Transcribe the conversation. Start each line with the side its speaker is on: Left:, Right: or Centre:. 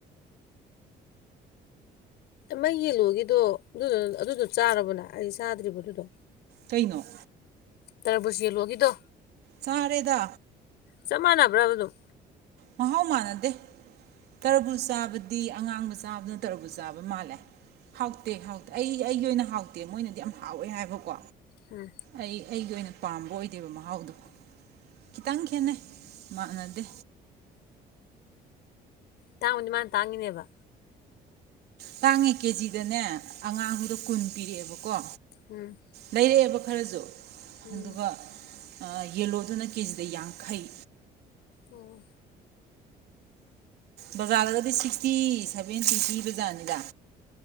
Left: ꯃ ꯌꯦꯜꯂꯣꯒꯗꯣ ꯑꯗꯨꯗ ꯑꯗꯨꯗꯣ ꯆꯥꯔꯕꯅꯦ ꯑꯩ ꯆꯥꯗ꯭ꯔꯤꯕ ꯑꯗꯨꯗꯣ
Right: ꯀꯩꯅꯣ
Left: ꯇꯔꯥꯕꯁ ꯌꯂꯨꯒꯤꯗꯣ
Right: ꯆꯔꯦꯗꯥ
Left: ꯆꯞ ꯃꯥꯟꯅꯕ꯭ꯔꯥ ꯑꯗꯨꯝ
Right: ꯃꯍꯥꯎ ꯃꯥꯟꯅꯗꯦ ꯇꯔꯕꯨ ꯆꯥꯕꯗꯤ ꯑꯉꯥꯡꯕ ꯆꯥꯕꯗꯨꯅ ꯇꯔꯕꯨ ꯆꯥꯕ ꯃꯥꯜꯂꯦ ꯍꯥꯎꯇꯦ ꯍꯥꯎꯇꯦ ꯑꯩ ꯑꯩꯒꯤ ꯑꯣꯏꯅ ꯍꯥꯎꯇꯦ ꯃꯣꯏꯅꯗꯤ ꯌꯥꯝ ꯍꯥꯎꯋꯦ ꯍꯥꯏꯕꯀꯣ
Left: ꯎꯝ
Right: ꯑꯩ ꯑꯩꯒꯤ ꯑꯣꯏꯅ ꯄꯥꯝꯕ ꯑꯣꯏꯗꯦꯕ ꯃꯍꯥꯎꯗꯣ ꯈꯤꯇꯪ ꯈꯦꯠꯅꯩ ꯃꯥꯟꯅꯗꯦ
Left: ꯇꯥꯡꯕꯅꯤ ꯃꯥꯅ ꯇꯥꯡꯉꯤꯅꯦꯕ
Right: ꯇꯥꯡꯉꯤ ꯀꯦꯖꯤꯗꯅꯦ ꯑꯉꯥꯡꯕꯨꯗ ꯀꯨꯟ ꯄꯤꯔꯛꯑꯦꯕꯀꯣ ꯀꯣ
Left: ꯎꯝ
Right: ꯂꯩꯔꯛꯑꯦꯕ ꯈꯔꯖꯨ
Left: ꯎꯝ
Right: ꯑꯗꯨꯒ ꯑ ꯌꯦꯂꯣꯗꯨꯅ ꯀꯦꯖꯤꯗ ꯌꯥꯡꯈꯩ
Left: ꯑꯣ
Right: ꯕꯖꯥꯔꯗꯒꯗꯤ ꯁꯤꯛꯁꯇꯤ ꯁꯚꯦꯟꯇꯤ ꯄꯤ ꯕꯖꯥꯠꯅꯤꯗ